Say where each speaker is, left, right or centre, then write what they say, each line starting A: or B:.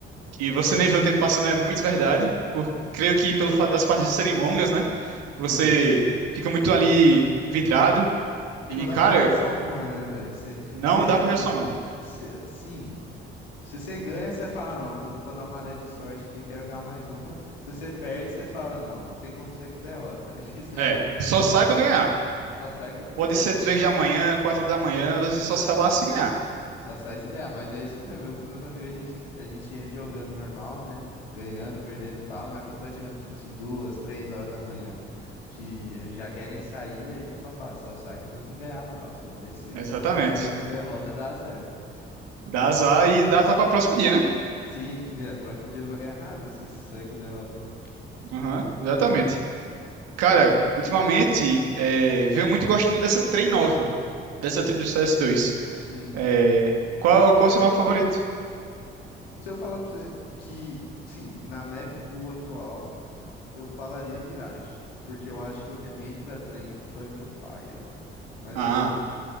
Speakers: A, on the right; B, on the left.
A: que você nem vê o tempo passando é muito verdade. Por, creio que pelo fato das partidas serem longas, né? Você
B: sim.
A: fica muito ali vidrado.
B: E
A: E,
B: não dá
A: cara,
B: pra jogar só uma, né, velho? Você
A: não
B: você
A: dá
B: entra.
A: pra jogar só uma.
B: cê- sim. Se você ganha, você fala, não, tô, tô na maré de sorte aqui, quero ganhar mais uma. Se você perde, você fala, não, não tem como sair com derrota. <laughs> E você
A: É,
B: joga,
A: só
B: você
A: sai
B: joga,
A: quando ganhar.
B: só sai quando ganhar,
A: Pode ser
B: entendeu?
A: três da manhã, quatro da manhã, você só sai lá se ganhar.
B: Só sai se ganhar, mas é isso mesmo. Eu com os meus amigos, a gente, a gente entra jogando normal, né? Ganhando, perdendo e tal, mas quando vai chegando, tipo assim, duas, três horas da manhã, que eh, já querem sair, a gente só fala, só sai quando a gente ganhar a próxima. véi. Se,
A: Exatamente.
B: se sair com derrota, dá azar, velho.
A: Dá azar e dá azar para próximo dia, né?
B: Sim, é, próximo dia vai ganhar nada se sair com derrota. né?
A: Aham, exatamente. Cara, ultimamente, é, venho muito gostando dessa trem nova, dessa trem do C S 2
B: Sim.
A: É, qual, qual é o seu mapa favorito?
B: Se eu falar pra você que, sim, na map pool atual, eu falaria Mirage, porque eu acho que o remake da Trem foi meio paia. Mas
A: Ah,
B: assim,